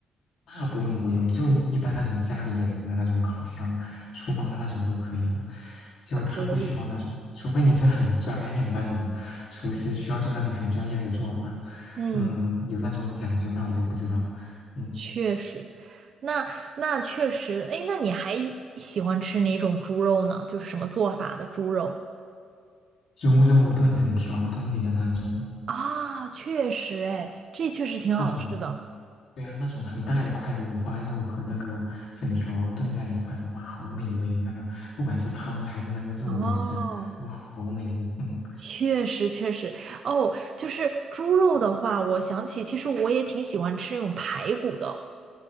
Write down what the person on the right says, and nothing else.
可以，
嗯。
确实，那那确实，哎，那你还喜欢吃哪种猪肉呢？就是什么做法的猪肉
嗯，
啊？确实，哎，这确实挺好吃的。
哦，
确实确实，哦，就是猪肉的话，我想起其实我也挺喜欢吃那种排骨的，